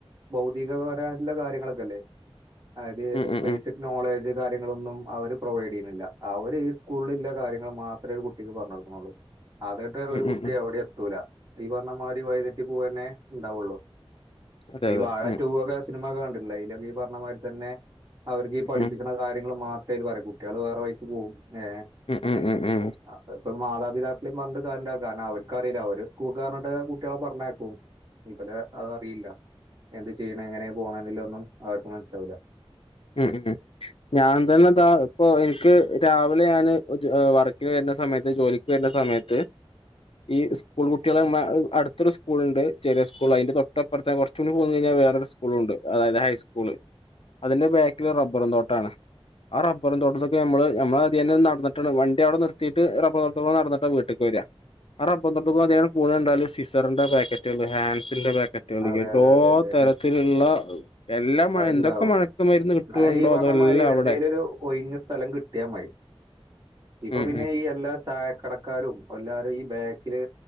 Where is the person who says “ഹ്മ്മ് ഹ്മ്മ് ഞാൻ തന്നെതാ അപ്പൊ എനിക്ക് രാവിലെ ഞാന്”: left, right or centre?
Left